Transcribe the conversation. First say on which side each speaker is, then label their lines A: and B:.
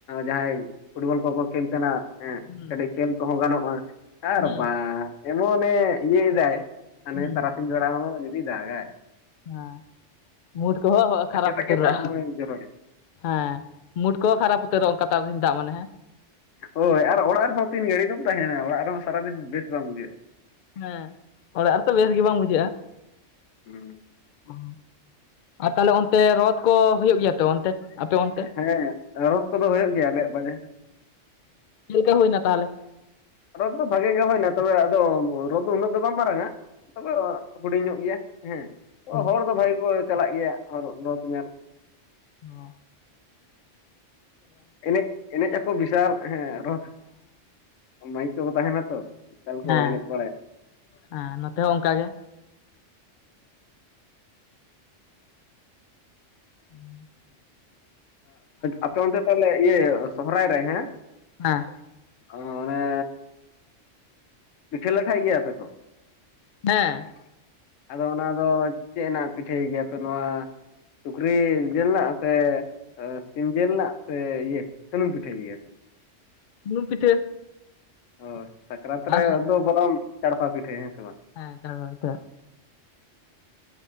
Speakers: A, on the left; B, on the left.
A: ᱡᱟᱦᱟᱸᱭ ᱯᱷᱩᱴᱵᱚᱞ ᱠᱚᱠᱚ ᱠᱷᱮᱞ ᱠᱟᱱᱟ᱾ ᱦᱮᱸ
B: ᱦᱩᱸ
A: ᱠᱟᱹᱴᱤᱡ ᱠᱷᱮᱞ ᱠᱚᱦᱚᱸ ᱜᱟᱱᱚᱜᱼᱟ ᱟᱨ
B: ᱦᱩᱸ
A: ᱵᱟ ᱮᱢᱚᱱᱮ ᱤᱭᱟᱹᱭ ᱫᱟᱭ᱾ ᱦᱟᱱᱮ
B: ᱦᱩᱸ
A: ᱛᱟᱨᱥᱤᱧ ᱵᱮᱲᱟ ᱦᱚᱸ ᱡᱩᱫᱤᱭ ᱫᱟᱜᱟᱭ᱾
B: ᱦᱮᱸ ᱢᱩᱸᱴ ᱠᱚᱦᱚᱸ ᱠᱷᱟᱨᱟᱯ
A: ᱛᱟᱠᱮ ᱛᱟᱠᱮ
B: ᱩᱛᱟᱹᱨᱚᱜᱼᱟ᱾
A: ᱫᱟᱜ ᱫᱚᱢᱮ ᱡᱚᱨᱚᱭᱮᱱᱟ
B: ᱦᱮᱸ ᱢᱩᱰ ᱠᱚᱦᱚᱸ ᱠᱷᱟᱨᱟᱯ ᱩᱛᱟᱹᱨᱚᱜ-ᱟ ᱚᱱᱠᱟ ᱛᱟᱨᱟᱥᱤᱧ ᱫᱟᱜ ᱢᱟᱱᱮ ᱦᱮᱸ᱾
A: ᱦᱳᱭ ᱟᱨ ᱚᱲᱟᱜ ᱨᱮᱦᱚᱸ ᱛᱤᱱ ᱜᱷᱟᱹᱲᱤᱡ ᱫᱚᱢ ᱛᱟᱸᱦᱮᱱᱟ ᱚᱲᱟᱜ ᱨᱮᱦᱚᱸ ᱥᱟᱨᱟᱫᱤᱱ ᱵᱮᱥ ᱵᱟᱝ ᱵᱩᱡᱷᱟᱹᱜᱼᱟ᱾
B: ᱦᱮᱸ ᱚᱲᱟᱜ ᱨᱮᱛᱚ ᱵᱮᱥ ᱜᱮ ᱵᱟᱝ ᱵᱩᱡᱷᱟᱹᱜᱼᱟ᱾
A: ᱦᱮᱸ᱾
B: ᱚ ᱟᱨ ᱛᱟᱦᱚᱞᱮ ᱚᱱᱛᱮ ᱨᱚᱛ ᱠᱚ ᱦᱩᱭᱩᱜ ᱜᱮᱭᱟ ᱛᱚ ᱚᱱ ᱛᱮ ᱟᱯᱮ ᱚᱱ
A: ᱦᱮᱸ ᱨᱚᱛ ᱠᱚᱫᱚ ᱦᱩᱭᱩᱜ ᱜᱮᱭᱟ ᱟᱞᱮᱭᱟᱜ ᱵᱟᱡᱟᱨ ᱨᱮ᱾
B: ᱪᱮᱜᱠᱟ ᱦᱩᱭᱱᱟ ᱛᱟᱦᱞᱮ?
A: ᱨᱚᱛ ᱫᱚ ᱵᱷᱟᱜᱮ ᱜᱮ ᱦᱩᱭᱱᱟ ᱛᱚᱵᱮ ᱟᱫᱚ ᱨᱚᱛ ᱫᱚ ᱩᱱᱟᱹᱜ ᱫᱚ ᱵᱟᱝ ᱢᱟᱨᱟᱝᱟ ᱛᱚᱵᱮ ᱦᱩᱰᱤᱧ ᱧᱚᱜ ᱜᱮᱭᱟ᱾ ᱦᱮᱸ
B: ᱦᱮᱸ
A: ᱦᱚᱲ ᱫᱚ ᱵᱷᱟᱜᱤ ᱜᱮᱠᱚ ᱪᱟᱞᱟᱜ ᱜᱮᱭᱟ ᱨᱚᱛ ᱧᱮᱞ᱾
B: ᱦᱩ᱾
A: ᱮᱱᱮᱡ ᱮᱱᱮᱡ ᱟᱠᱚ ᱵᱤᱥᱟᱞ ᱦᱮᱸ ᱨᱚᱛ ᱢᱟᱹᱭᱤᱠ ᱠᱚᱸᱦᱚ ᱛᱟᱸᱦᱮᱱᱟ ᱛᱚ ᱵᱤᱥᱟᱞ ᱠᱚ
B: ᱦᱮᱸ
A: ᱮᱱᱮᱡ ᱵᱟᱲᱟᱭᱟ᱾
B: ᱦᱮᱸ ᱱᱚᱛᱮ ᱦᱚᱸ ᱚᱱᱠᱟ ᱜᱮ᱾ ᱦᱩᱸ᱾
A: ᱟᱯᱮ ᱚᱱᱛᱮ ᱛᱟᱦᱚᱞᱮ ᱤᱭᱟᱹ ᱥᱚᱦᱚᱨᱟᱭ ᱨᱮ ᱦᱮᱸ
B: ᱦᱮᱸ
A: ᱚᱱᱮ ᱯᱤᱴᱷᱟᱹ ᱞᱟᱴᱷᱟᱭ ᱜᱮᱭᱟᱹ ᱯᱮ ᱛᱚ?
B: ᱦᱮᱸ᱾
A: ᱟᱫᱚ ᱚᱱᱟ ᱫᱚ ᱪᱮᱜ ᱱᱟᱜ ᱯᱤᱴᱷᱟᱹᱭ ᱜᱮᱭᱟᱯᱮ ᱱᱚᱣᱟ᱾ ᱥᱩᱠᱨᱤ ᱡᱤᱞ ᱞᱟᱜ ᱥᱮ <inaudible> ᱥᱤᱢ ᱡᱮᱞ ᱞᱟᱜ ᱥᱮ ᱤᱭᱟᱹ ᱥᱩᱱᱩᱢ ᱯᱤᱴᱷᱟᱹᱭ ᱜᱮᱭᱟ ᱯᱮ?
B: ᱥᱩᱱᱩᱢ ᱯᱤᱴᱷᱟᱹ᱾
A: ᱚ ᱥᱟᱠᱨᱟᱛ ᱨᱮ
B: ᱟᱨ
A: ᱚᱫᱚ ᱵᱚᱨᱚᱢ ᱪᱟᱲᱯᱟ ᱯᱤᱴᱷᱟᱹ ᱦᱮᱸ ᱥᱮ ᱵᱟᱝ?
B: ᱦᱮᱸ ᱪᱟᱲᱯᱟ ᱯᱤᱴᱷᱟᱸ᱾ᱚ